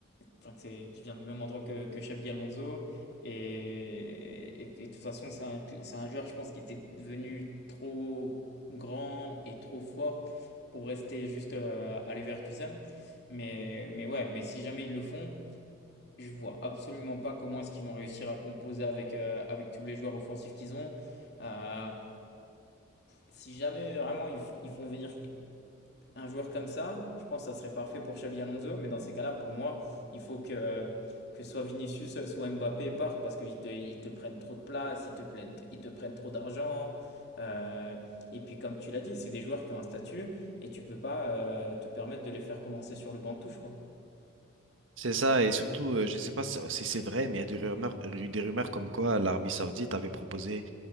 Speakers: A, on the left; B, on the right.
A: enfin, que c'est- qu'il vient du même endroit que, que Xabi Alonso. Et, et, et de toute façon, c'est un, cl- c'est un joueur, je pense, qui était devenu trop grand et trop fort pour rester juste euh, à Leverkusen. Mais, mais ouais, mais si jamais ils le font. Je vois absolument pas comment est-ce qu'ils vont réussir à composer avec, euh, avec tous les joueurs offensifs qu'ils ont. Euh, si jamais vraiment ils, fo- ils font venir un joueur comme ça, je pense que ça serait parfait pour Xabi Alonso. Mais dans ces cas-là, pour moi, il faut que, que soit Vinicius, soit Mbappé partent parce qu'ils te, ils te prennent trop de place, ils te prennent, ils te prennent trop d'argent. Euh, et puis, comme tu l'as dit, c'est des joueurs qui ont un statut et tu peux pas euh, te permettre de les faire commencer sur le banc de touche, quoi.
B: C'est ça, et surtout, euh, je sais pas si si c'est vrai, mais il y a des rumeurs, des rumeurs comme quoi l'Arabie Saoudite avait proposé